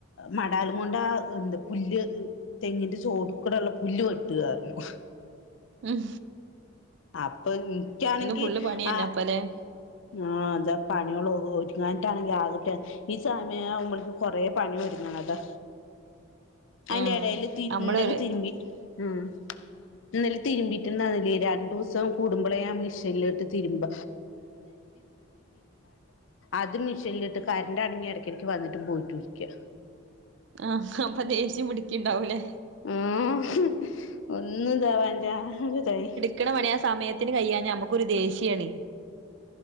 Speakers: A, on the left; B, on the right.
A: മടാലും കൊണ്ട് ആ എന്താ പുല്ല് തെങ്ങിന്റെ ചേട്ടുക്കുടല്ല പുല്ല് വെട്ടുകയായിരുന്നു.
B: ഉം
A: അപ്പൊ ഇൻക്കാണെങ്കി
B: ഇന്ന് ഫുള്ള് പണിയന്നെ
A: ആ.
B: അപ്പല്ലേ
A: ആ പണികളൊന്നും ഒതുങ്ങാട്ട് ആകെ പ്രാന്ത് ഈ സമയകുംപോളെത്തേക്ക് - കൊറെ പണി ഒരുങ്ങണം അതാ. അതിന്റെ
B: ആഹ്
A: ഇടയില് തിന്നല്ല
B: നമ്മള് ഒരു
A: തിര്മ്പി. ഉം ഇന്നലെ തിരുമ്പീട്ട്ണ്ടായിരുന്നില്ല രണ്ട് രണ്ട് ദിവസം കൂടുമ്പോളെ ആ മിഷീനില ഇട്ട് തിരുമ്പ അതും മിഷേനിലിട്ട് കറന്റ്‌ ആണെങ്കി ഇടയ്ക്കിടയ്ക്ക് വന്നിട്ടും പോയിട്ടും ഇരിക്ക
B: ആഹ് അപ്പൊ ദേഷ്യം പിടിക്കിണ്ടാവൂല്ലേ.
A: മം ഒന്നുണ്ടാവാലആകെതായി.
B: ഇടുക്കടാ പണിയാ സമയത്ത് യതിനു കഴിയാഞ്ഞിട്ട് നമുക്കൊരു ദേഷ്യമാണ്.